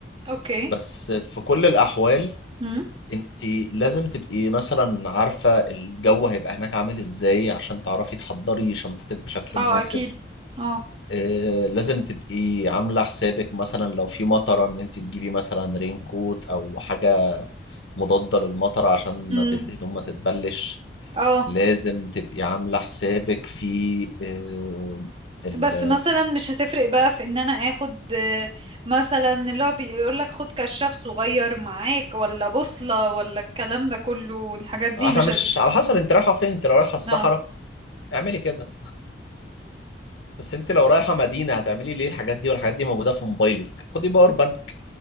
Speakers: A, on the right (about 30°); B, on the left (about 80°).
A: اوكي
B: بس في كل الأحوال
A: امم
B: أنت لازم تبقي مثلا عارفة الجو هيبقى هناك عامل إزاي عشان تعرفي تحضري شنطتك بشكل
A: اه
B: مناسب
A: اكيد اه
B: أه لازم تبقي عاملة حسابك مثلا لو في مطرة إن أنت تجيبي مثلا رين كوت أو حاجة مضادة للمطر عشان
A: امم
B: ما ت- الهدوم ما تتبلش
A: اه
B: لازم تبقي عاملة حسابك في آه، ال
A: بس مثلا مش هتفرق بقى في ان انا اخد آه، مثلا اللي هو بيقول لك خد كشاف صغير معاك ولا بوصلة ولا الكلام ده كله والحاجات دي
B: آه، احنا
A: مش
B: مش
A: هت...
B: على حسب انت رايحة فين انت لو رايحة الصحراء
A: اه
B: اعملي كده بس انت لو رايحة مدينة هتعملي ليه الحاجات دي والحاجات دي موجودة في موبايلك خدي باور بانك